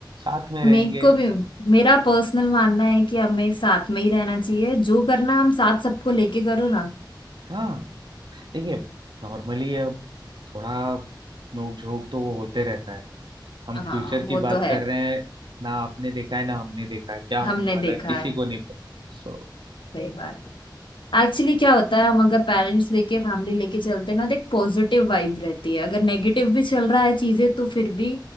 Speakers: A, on the right; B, on the left.
A: साथ में
B: मेरे
A: रहेंगे
B: को भी मेरा पर्सनल मानना है कि हमें साथ में ही रहना चाहिए जो करना हम साथ सबको लेके करो ना
A: हाँ देखिए नॉर्मली अब थोड़ा नोक झोंक तो वो होते रहता है हम
B: हाँ
A: फ्यूचर
B: वो
A: की
B: तो
A: बात
B: है
A: कर रहे हैं ना आपने देखा है ना हमने देखा है क्या होने
B: हमने
A: वाला
B: देखा
A: है किसी
B: है
A: को नहीं पता सो
B: सही बात है एक्चुअली क्या होता है हम अगर पेरेंट्स लेके फैमिली लेके चलते हैं ना तो एक पॉजिटिव वाइब रहती है अगर नेगेटिव भी चल रहा है चीजें तो फिर भी